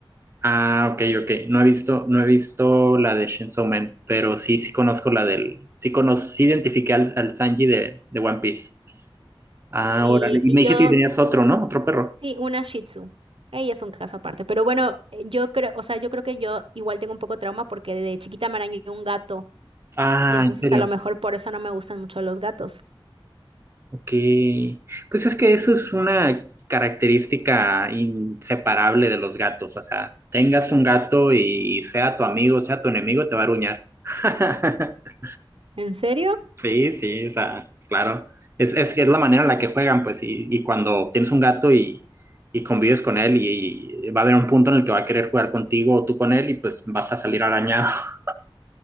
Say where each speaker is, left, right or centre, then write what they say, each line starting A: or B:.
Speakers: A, on the right; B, on the right.
A: Ah, ok, ok. No he visto, no he visto la de Chainsaw Man, pero sí, sí conozco la del, sí conozco, sí identifiqué al, al Sanji de, de One Piece. Ah,
B: Y,
A: órale. Y
B: y
A: me dijiste
B: yo,
A: que tenías otro, ¿no? Otro perro.
B: sí, una Shih Tzu. Ella es un caso aparte. Pero bueno, eh, yo creo, o sea, yo creo que yo igual tengo un poco de trauma porque de chiquita me arañó un gato.
A: Ah,
B: Y entonces
A: ¿en serio?
B: a lo mejor por eso no me gustan mucho los gatos.
A: Ok, pues es que eso es una característica inseparable de los gatos, o sea, tengas un gato y sea tu amigo, sea tu enemigo, te va a aruñar. <laughs>
B: ¿En serio?
A: Sí, sí, o sea, claro, es, es, que es la manera en la que juegan, pues, y, y cuando tienes un gato y, y convives con él y, va a haber un punto en el que va a querer jugar contigo o tú con él y pues vas a salir arañado, <laughs>